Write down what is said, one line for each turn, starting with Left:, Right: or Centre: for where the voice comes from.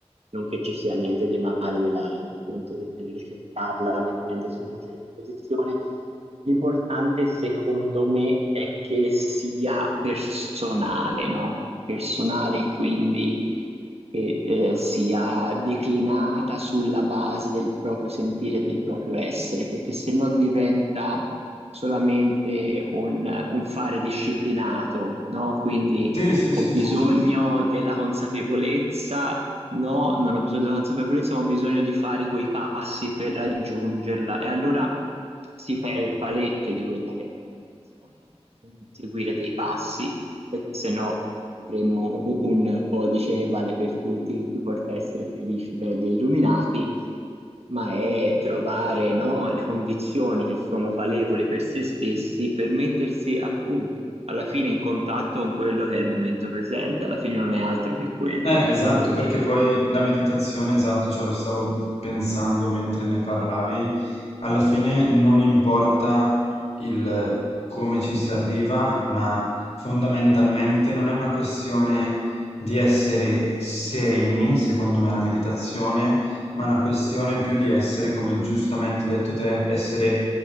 Right: Non che ci sia niente di male nella, appunto, nel ricercarla mettendosi in una certa posizione. L'importante secondo me è che sia personale, no? Personale quindi che eh, sia declinata sulla base del proprio sentire e del proprio essere, perché se no diventa solamente un, un fare disciplinato, no? Quindi
Left: Sì, sì,
Right: ho
Left: sì,
Right: bisogno
Left: sì, sì.
Right: della consapevolezza. No, non ho bisogno della consapevolezza, ma ho bisogno di fare quei passi per raggiungerla. E allora si perde parecchio di quella che è la meditazione, seguire dei passi, perché se no avremmo u- un codice che vale per tutti, che ci porta a essere felici, belli e illuminati, ma è trovare, no, le condizioni che sono valevoli per se stessi per mettersi appunto alla fine in contatto con quello che è il momento presente, alla fine non è altro che quello,
Left: Eh,
Right: secondo
Left: esatto,
Right: me.
Left: perché poi la meditazione, esatto, ce lo stavo pensando mentre ne parlavi, alla fine non importa il come ci si arriva, ma fondamentalmente non è una questione di essere sereni, secondo me, la meditazione, ma è una questione più di essere, come giustamente hai detto te, essere